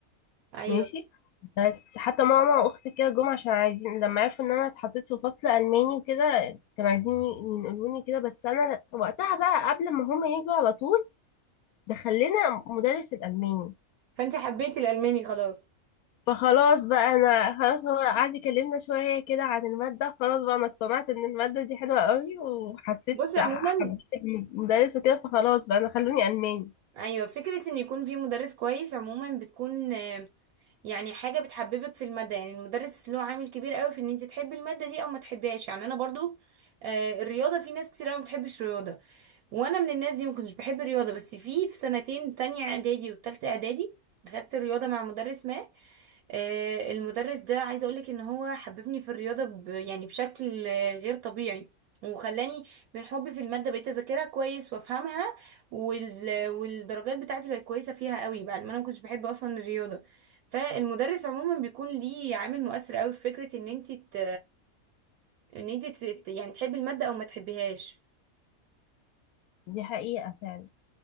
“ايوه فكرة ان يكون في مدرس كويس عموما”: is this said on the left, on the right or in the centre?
Right